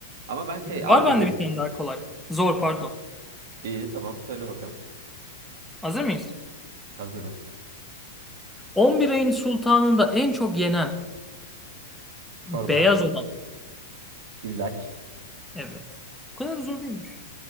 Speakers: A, on the right (about 60°); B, in the centre.
A: Ama ben şey arz
B: Var bende
A: ederim.
B: bir tane daha kolay. Zor pardon.
A: İyi tamam söyle bakalım.
B: Hazır mıyız?
A: Hazırım.
B: 11 ayın sultanında en çok yenen
A: Çorba.
B: beyaz olan.
A: Güllaç.
B: Evet. Bu kadar zor değilmiş.